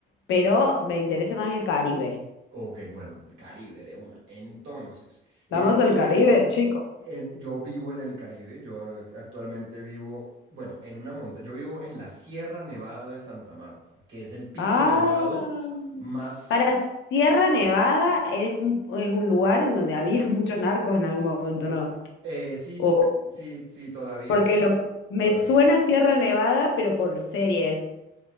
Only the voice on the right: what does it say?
Ok, bueno, Caribe de una. Entonces, en
el Caribe.
en- yo vivo en el Caribe, yo eh, actualmente vivo, bueno, en una montaña, yo vivo en la Sierra Nevada de Santa Marta, que es el pico
nevado más,
eh, sí,
sí, sí, todavía,
yo,
todavía.